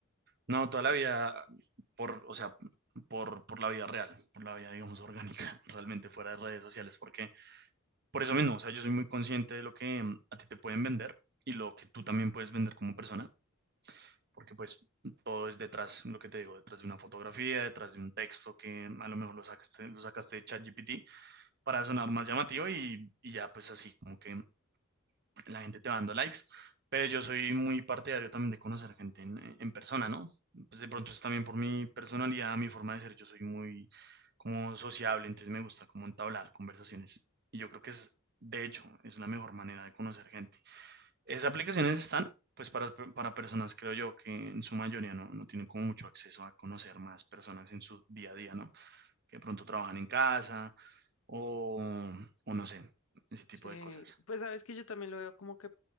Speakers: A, on the right (about 50°); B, on the left (about 85°).
A: No, toda la vida, por, o sea, por, por la vida real, por la vida, digamos, orgánica, <laughs> realmente fuera de redes sociales, porque Por eso mismo, o sea, yo soy muy consciente de lo que mm, a ti te pueden vender y lo que tú también puedes vender como persona, porque pues todo es detrás, lo que te digo, detrás de una fotografía, detrás de un texto que a lo mejor lo sacaste, lo sacaste de ChatGPT para sonar más llamativo y, y ya pues así como que la gente te va dando likes, pero yo soy muy partidario también de conocer gente en, en persona, ¿no? Pues de pronto es también por mi personalidad, mi forma de ser, yo soy muy como sociable, entonces me gusta como entablar conversaciones. Y yo creo que es, de hecho, es la mejor manera de conocer gente. Esas aplicaciones están, pues, para, para personas, creo yo, que en su mayoría no, no tienen como mucho acceso a conocer más personas en su día a día, ¿no? Que de pronto trabajan en casa o, o no sé, ese tipo
B: Sí,
A: de cosas.
B: pues sabes que yo también lo veo como que